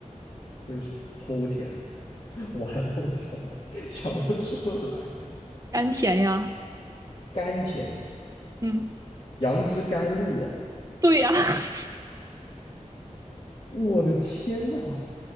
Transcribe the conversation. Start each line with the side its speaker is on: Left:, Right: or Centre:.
Left: 会是齁甜？<laughs> 完了，我想不 <laughs> 想不出来了，
Right: 甘甜呀，
Left: <laughs> 甘甜。
Right: 嗯，
Left: 杨枝甘露啊！
Right: 对呀。<laughs>
Left: 我的天呐，